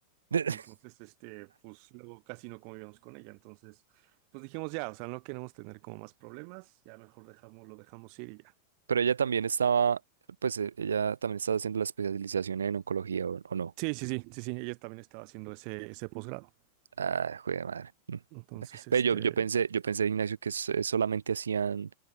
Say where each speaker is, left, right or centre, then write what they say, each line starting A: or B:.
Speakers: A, on the right (about 70°); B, on the right (about 45°).
A: <laughs>
B: entonces, este, pues luego casi no convivíamos con ella. Entonces, pues dijimos ya, o sea, no queremos tener como más problemas, ya mejor dejamos, lo dejamos ir y ya.
A: Pero ella también estaba, pues eh, ella también estaba haciendo la especialización en oncología o, o no.
B: Sí, sí, sí, sí, sí, ella también estaba haciendo ese, ese posgrado.
A: Ah, jue de madre. Mm.
B: Entonces, este,
A: Ve, yo, yo pensé, yo pensé, Ignacio, que s- eh, solamente hacían